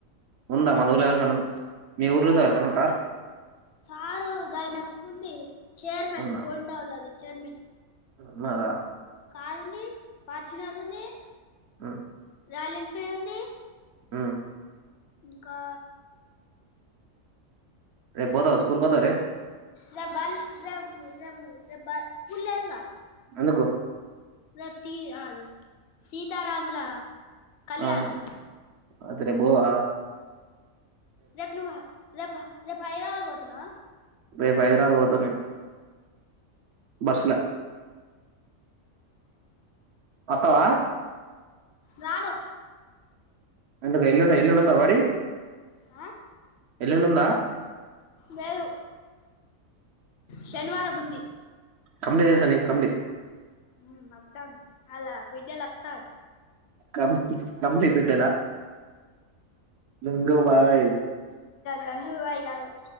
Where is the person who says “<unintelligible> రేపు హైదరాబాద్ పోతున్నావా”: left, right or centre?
Left